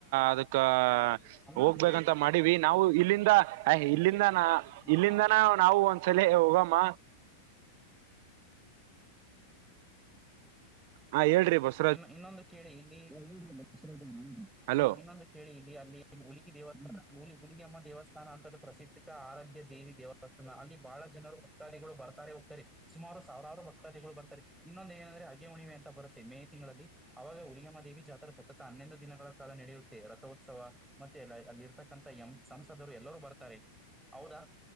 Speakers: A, on the right (about 45°); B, in the centre.
A: ಅದಕ್ಕ
B: ಇನ್ನೊಂದು
A: ಹೋಗ್ಬೇಕಂತ ಮಾಡ್ ಮಾಡವಿ ನಾವು ಇಲ್ಲಿಂದ ಅ ಇಲ್ಲಿಂದಾನ
B: ಕೇಳಿ
A: ಇಲ್ಲಿಂದನ ನಾವು ಒಂದ್ಸಲ ಹೋಗಮ್ಮ ಹಾ ಹೇಳ್ರಿ ಬಾಸ್
B: ಇನ್ನು ಇನ್ನೊಂದು ಕೇಳಿ ಇಲ್ಲಿ ಇ
A: ಹಲೋ
B: ಇನ್ನೊಂದು ಕೇಳಿ ಇಲ್ಲಿ ಅಲ್ಲಿ ಹುಲಗಿ ದೇವಸ್ ಹುಲಗಿ ಅಮ್ಮ ದೇವಸ್ಥಾನ ಅಂತದ ಪ್ರಸಿದ್ಧ ಆರಾಧ್ಯ ದೇವಿ ದೇವ್ ಬ ಅಲ್ಲಿ ಬಹಳ ಜನರು ಭಕ್ತಾದಿಗಳು ಬರ್ತಾರೆ ಹೋಗ್ತಾರೆ. ಸುಮಾರು ಸಾವಿರಾರು ಭಕ್ತಾದಿಗಳು ಬರ್ತಾರೆ ಇನ್ನೊಂದ ಏನಂದ್ರೆ ಅಗೆಮಣಿವೆ ಅಂತ ಬರುತ್ತೆ ಮೇ ತಿಂಗಳಲ್ಲಿ ಅವಾಗ ಉಲಿಯಮ್ಮ ದೇವಿ ಜಾತ್ರೆ ಸತತ ಹನ್ನೊಂದು ದಿನಗಳ ಕಾಲ ನಡೆಯುತ್ತೆ ರಥೋತ್ಸವ ಮತ್ತೆ ಎಲ್ಲ ಅಲ್ಲಿ ಇರ್ತಕ್ಕಂತ ಎಮ್ ಸಂಸದರು ಎಲ್ಲರೂ ಬರ್ತಾರೆ ಹೌದಾ.